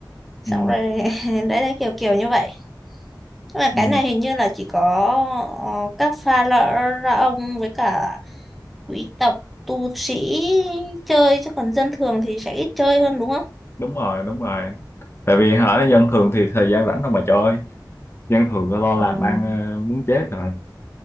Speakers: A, in the centre; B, on the left.
A: xong
B: ừ
A: rồi <laughs> đấy đấy kiểu kiểu như vậy nhưng mà
B: ừ
A: cái này hình như là chỉ có ờ, các pha lợ ra ông với cả quý tộc tu sĩ chơi chứ còn dân thường thì sẽ ít chơi hơn đúng không
B: đúng rồi đúng rồi tại vì hả
A: Ừ,
B: dân thường thì thời gian rảnh đâu mà chơi dân thường lo
A: ờ,
B: làm ăn ờ, muốn chết rồi